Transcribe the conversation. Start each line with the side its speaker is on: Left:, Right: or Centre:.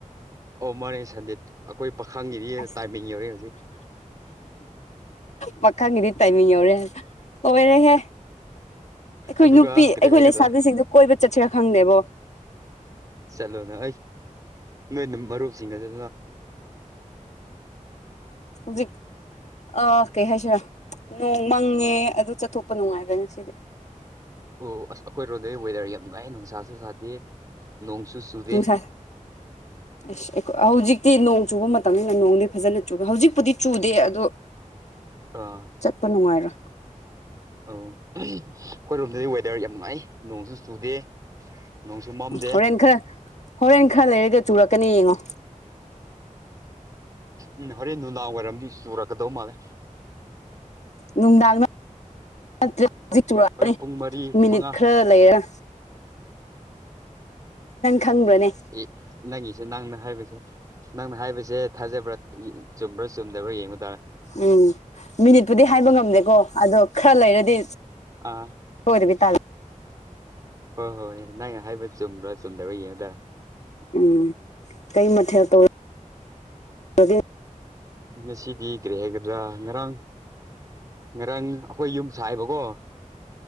Right: ꯑꯣ ꯃꯥꯅꯦ ꯁꯟꯗꯦ ꯑꯩꯈꯣꯏ ꯄꯥꯈꯪꯒꯤꯔꯤ
Left: ꯑꯁ
Right: ꯇꯥꯏꯃꯤꯡ ꯌꯧꯔꯦ ꯍꯧꯖꯤꯛ
Left: ꯄ ꯈꯪꯒꯤꯗꯤ ꯇꯥꯏꯃꯤ ꯌꯧꯔꯦ ꯑꯣꯏꯔ ꯍꯦ ꯑꯩꯈꯣꯏ
Right: ꯑꯗꯨꯒ
Left: ꯅꯨꯄꯤ
Right: ꯀꯔꯤ
Left: ꯑꯩꯈꯣꯏ
Right: ꯍꯥꯏꯒꯗ꯭ꯔꯥ
Left: ꯂꯩꯁꯥꯕꯤꯁꯤꯡꯗꯨꯣ ꯀꯣꯏꯕ ꯆꯠꯁꯤꯔꯥ ꯈꯪꯗꯦꯕꯣ
Right: ꯆꯂꯣꯅ ꯑꯩ ꯅꯣꯏꯅ ꯃꯔꯨꯞꯁꯤꯡ ꯑꯗꯨ
Left: ꯖꯤ ꯑ ꯀꯩ ꯍꯥꯏꯁ ꯅꯣꯡ ꯃꯪꯉꯦ ꯑꯗꯨ ꯆꯠꯊꯣꯛꯄ ꯅꯨꯡꯉꯥꯏꯕ꯭ꯔ ꯉꯁꯤꯗꯤ
Right: ꯑꯣ ꯑꯁ ꯑꯩꯈꯣꯏꯔꯣꯝꯗꯩ ꯋꯦꯗꯔ ꯌꯥꯝ ꯅꯨꯡꯥꯏ ꯅꯨꯡꯁꯥꯁꯨ ꯁꯥꯗꯦ ꯅꯣꯡꯁꯨ ꯆꯨꯗꯦ
Left: ꯅꯨꯡꯁꯥꯏ ꯑꯁ ꯍꯧꯖꯤꯛꯇꯤ ꯅꯣꯡ ꯆꯨꯕ ꯃꯇꯝꯅꯤꯅ ꯅꯣꯡꯗꯤ ꯐꯖꯅ ꯨꯗꯦ ꯍꯧꯖꯤꯛꯄꯨꯗꯤ ꯆꯨꯗꯦ ꯑꯗꯣ
Right: ꯑꯥ
Left: ꯆꯠꯄ ꯅꯨꯡꯉꯥꯏꯔꯣ
Right: ꯑꯣ ꯑꯩꯈꯣꯏꯔꯣꯝꯗꯗꯤ ꯋꯦꯗꯔ ꯌꯥꯝ ꯅꯨꯡꯉꯥꯏ ꯅꯣꯡꯁꯨ ꯆꯨꯗꯦ ꯅꯣꯡꯁꯨ ꯃꯝꯗꯦ
Left: ꯍꯣꯔꯦꯟ ꯈꯔ ꯍꯣꯔꯦꯟ ꯈꯔ ꯂꯩꯔꯒ ꯆꯨꯔꯛꯀꯅꯤ ꯌꯦꯡꯉꯣ
Right: ꯎꯝ ꯍꯣꯔꯦꯟ ꯅꯨꯡꯗꯥꯡ ꯋꯥꯏꯔꯝꯗꯤ ꯆꯨꯔꯛꯀꯗꯧ ꯃꯥꯜꯂꯦ
Left: ꯅꯨꯡꯗꯥꯡ ꯅꯠꯇ ꯍꯧꯖꯤꯛ ꯆꯨꯔꯛꯑꯅꯤ
Right: ꯍꯣꯔꯦꯟ ꯄꯨꯡ ꯃꯔꯤ
Left: ꯃꯤꯅꯤꯠ
Right: ꯃꯉꯥ
Left: ꯈꯔ ꯂꯩꯔꯦ ꯈꯪꯕ꯭ꯔꯅꯦ
Right: ꯑꯦ ꯅꯪꯉꯁꯦ ꯅꯪꯅ ꯍꯥꯏꯕꯁꯦ ꯅꯪꯅ ꯍꯥꯏꯕꯁꯦ ꯊꯥꯖꯕ꯭ꯔꯥ ꯆꯨꯝꯕ꯭ꯔꯥ ꯆꯨꯝꯗꯕ꯭ꯔꯥ ꯌꯦꯡꯕ ꯇꯥꯔꯦ
Left: ꯎꯝ ꯃꯤꯅꯤꯠꯄꯨꯗꯤ ꯍꯥꯏꯕ ꯉꯝꯗꯦꯀꯣ ꯑꯗꯣ ꯈꯔ ꯂꯩꯔꯗꯤ
Right: ꯑꯥ
Left: ꯍꯗꯕꯤ ꯇ
Right: ꯍꯣꯏ ꯍꯣꯏ ꯍ ꯅꯪꯅ ꯍꯥꯏꯕ ꯆꯨꯝꯕ꯭ꯔꯥ ꯆꯨꯝꯗꯕꯥ ꯌꯦꯡꯉꯨꯗꯔꯦ
Left: ꯎꯝ ꯀꯩ ꯃꯊꯔ ꯇ ꯑꯗꯨ
Right: ꯉꯁꯤꯗꯤ ꯀꯔꯤ ꯍꯥꯏꯒꯗ꯭ꯔꯥ ꯉꯔꯥꯡ ꯉꯔꯥꯡ ꯑꯩꯈꯣꯏ ꯌꯨꯝ ꯁꯥꯏꯕꯀꯣ